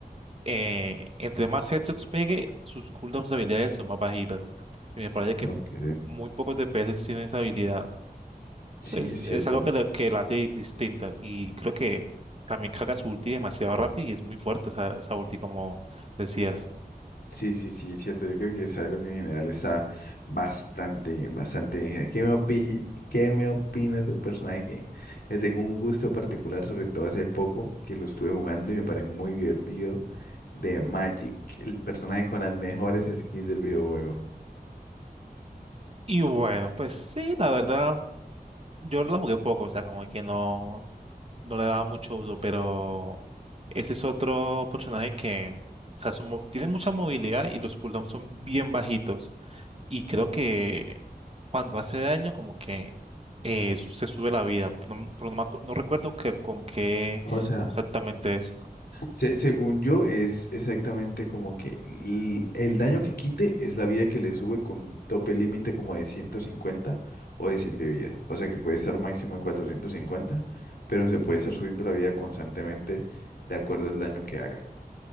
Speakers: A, on the right (about 40°); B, on the left (about 80°).
A: eh, entre más headshots pegue, sus cooldowns de habilidades son más bajitas. Y me parece que
B: Ok.
A: muy pocos DPS tienen esa habilidad.
B: Sí,
A: Pues
B: es cierto.
A: es algo que, la- que la hace distinta y creo que también carga su ulti demasiado rápido y es muy fuerte esa, esa ulti como decías.
B: Sí, sí, sí, es cierto. Yo creo que sabes lo que en general está bastante bien, bastante bien. ¿Qué me opi- qué me opinas de un personaje que le tengo un gusto particular, sobre todo hace poco, que lo estuve jugando y me parece muy divertido, de Magic, el personaje con las mejores skins del videojuego?
A: Y bueno, pues sí, la verdad, yo lo jugué poco, o sea, como que no, no le daba mucho uso, pero ese es otro personaje que, o sea, su mo- tiene mucha movilidad y los cooldowns son bien bajitos. Y creo que cuando hace daño, como que eh, se sube la vida, no, pero no, me acu- no recuerdo que, con qué
B: O sea.
A: exactamente es,
B: Se- según yo, es exactamente como que l- el, daño que quite es la vida que le sube con un tope límite como de 150 o de 100 de vida. O sea que puede estar máximo en 450, pero se puede estar subiendo la vida constantemente de acuerdo al daño que haga.